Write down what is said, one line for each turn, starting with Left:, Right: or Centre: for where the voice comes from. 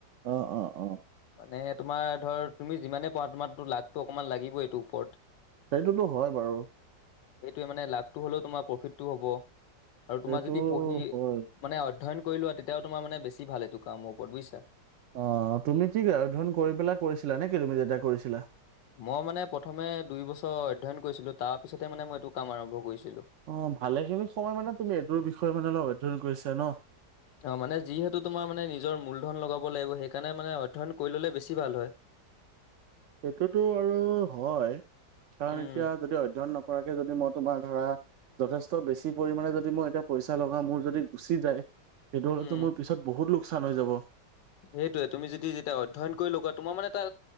Right: অ', অ, অ,
Left: মানে তোমাৰ ধৰ তুমি যিমানে পোৱা তোমাৰতো লাকটো অকণমান লাগিব এইটো ওপৰত
Right: সেইটোতো হয় বাৰু
Left: সেইটোৱে মানে লাভটো হ'লেও তোমাৰ প্ৰফিতটো হ'ব। আৰু তোমাৰ
Right: সেইটো
Left: যদি পঢ়ি,
Right: হয়
Left: মানে অধ্যয়ন কৰি লোৱা তেতিয়াও তোমাৰ মানে বেছি ভাল এইটো কামৰ ওপৰত বুজিছা।
Right: অ', তুমি কি অধ্যয়ন কৰি পেলাই কৰিছিলা নেকি তুমি যেতিয়া কৰিছিলা?
Left: মই মানে প্ৰথমে দুই বছৰ অধ্যয়ন কৰিছিলো তাৰ পিছতে মানে মই এইটো কাম আৰম্ভ কৰিছ
Right: অ', ভালেখিনি সময় মানে তুমি এইটোৰ বিষয়ে মানে অলপ অধ্যয়ন কৰিছা ন'?
Left: অ', মানে যিহেতু তোমাৰ মানে নিজৰ মূলধন লগাব লাগিব সেইকাৰণে মানে অধ্যয়ন কৰি ল'লে বেছি ভাল হয়।
Right: সেইটোতো আৰু হয়, কাৰণ
Left: উম
Right: এতিয়া যদি অধ্যয়ন নক কৰাকে যদি মই তোমাৰ ধৰা, যথেষ্ট বেছি পৰিমাণে যদি মই এতিয়া পইচা লগাম মোৰ যদি গুচি যায়। সেইটো
Left: উম
Right: হলেটো মোৰ পিছত বহুত লোকচান হৈ যাব।
Left: সেইটোয়ে তুমি যদি যেতিয়া অধ্যয়ন কৰি লগোৱা তোমাৰ মানে এটা